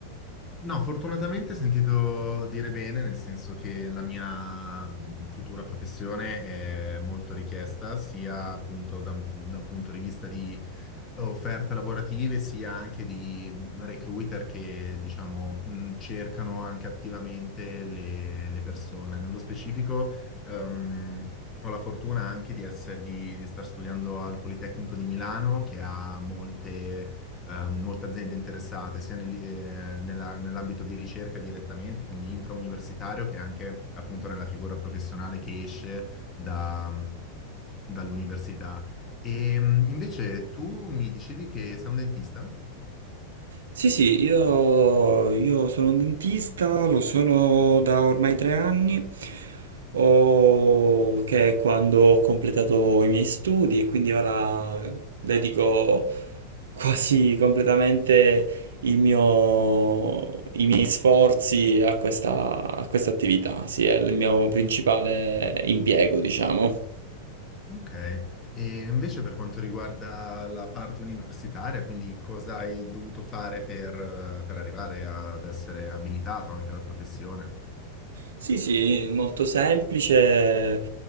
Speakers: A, on the left (about 25°); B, on the right (about 65°).
A: No, fortunatamente ho sentito dire bene, nel senso che la mia mh, futura professione è molto richiesta, sia appunto da un, da un punto di vista di offerte lavorative, sia anche di mh, recruiter che, diciamo, mh, cercano anche attivamente le, le persone. Nello specifico, ehm, ho la fortuna anche di essere, di, di star studiando al Politecnico di Milano, che ha molte ehm, molte aziende interessate sia negli- eh, nella- nell'ambito di ricerca direttamente, quindi intrauniversitario, che anche appunto nella figura professionale che esce da- dall'università. E mh, invece tu mi dicevi che sei un dentista?
B: Sì, sì, io, io sono un dentista, lo sono da ormai tre anni, o- che è quando ho completato i miei studi e quindi ora dedico quasi completamente il mio- i miei sforzi a questa, a questa attività, sì, è il mio principale impiego, diciamo.
A: Ok, e invece per quanto riguarda la parte universitaria, quindi cosa hai dovuto fare per, eh, per arrivare ad essere abilitato anche alla professione?
B: Sì, sì, molto semplice.